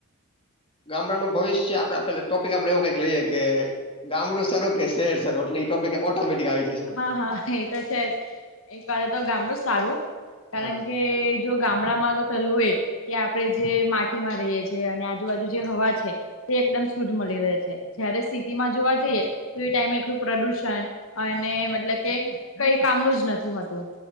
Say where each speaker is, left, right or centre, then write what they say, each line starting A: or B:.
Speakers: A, on the left (about 25°); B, on the left (about 65°).
A: ગામડાનું ભવિષ્ય, આપડે પેલા ટોપિક આપડે એવું કઈક લઈએ કે ગામડું સારું કે શહેર સારું એટલે એ ટોપિક ઓટોમેટિક આવી જશે.
B: હા હા એ તો છે, એ કરે તો ગામડું સારું, કારણ
A: હા
B: કે કે જો ગામડા માં તો પેલું એ કે આપણે જે માટીમાં રહીએ છીએ અને આજુબાજુ જે હવા છે તે એકદમ શુદ્ધ મળી રહે છે, જયારે સ્થિતિમાં જોવા જઈએ તો એ ટાઈમે એટલું પ્રદુષણ અને મતલબ કે કઈ કામનું જ નથી હોતું,